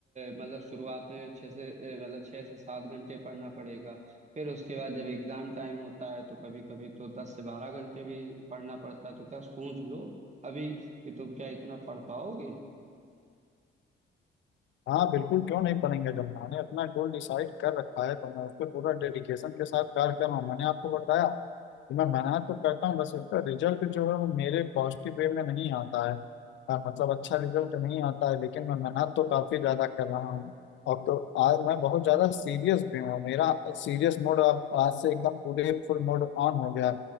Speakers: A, on the right (about 35°); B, on the left (about 70°).
A: मतलब शुरुआत में छः से अ, मतलब छः से सात घंटे पढ़ना पड़ेगा फिर उसके बाद जब एग्जाम टाइम होता है तो कभी कभी तो दस से बारह घंटे भी पढ़ना पड़ता है तो क्या सोच लो अभी कि तुम क्या इतना पढ़ पाओगे
B: हाँ बिल्कुल क्यों नहीं पढ़ेंगे जब मैंने अपना गोल डिसाइड कर रखा है तो मैं उस पर पूरा डेडिकेशन के साथ कार्य कर रहा हूँ मैंने आपको बताया कि मैं मेहनत तो करता हूँ बस उसका रिजल्ट जो है वो मेरे पॉजिटिव वे में नहीं आता है हाँ, मतलब अच्छा रिजल्ट नहीं आता है लेकिन मैं मेहनत तो काफी ज्यादा कर रहा हूँ और तो आज मैं बहुत ज्यादा सीरियस भी हूँ मेरा सीरियस मोड अब आज से एकदम पूरे फुल मोड ऑन हो गया